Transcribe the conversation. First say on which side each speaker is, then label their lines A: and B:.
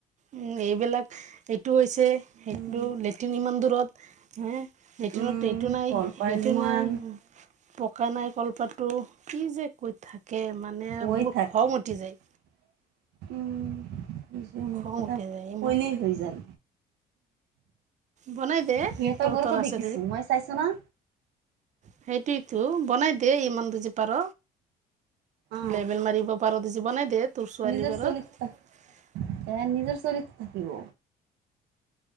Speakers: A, on the right; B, on the right.
A: উম্, এইবিলাক এইটো হৈছে,
B: উম,
A: সেইটো লেট্ৰিন ইমান দূৰত হে। লেট্ৰিনত
B: উম,
A: এইটো নাই
B: কলপাৰ
A: সেইটো
B: মান
A: নাই। পকা নাই কলপাতটো কি যে কৈ থাকে মানে
B: কৈ
A: মোৰ
B: থাকে
A: খং উঠি যায়।
B: <inaudible> উম, <unintelligible>
A: খং
B: কথা
A: উঠি যায় ইমান
B: ক'লেই হৈ যাম।
A: বনাই দে
B: সিহঁতৰ
A: তহঁতৰ
B: ঘৰতো
A: আছে
B: দেখিছো মই চাইছো না।
A: সেইটোৱেটো বনাই দে, ইমান দুজি পাৰ।
B: অ
A: লেবেল মাৰিব পাৰ দূজি বনাই দে তোৰ ছোৱালী
B: নিজৰ
A: ঘৰত।
B: ছোৱালীটো এ নিজৰ ছোৱালী থাকিব।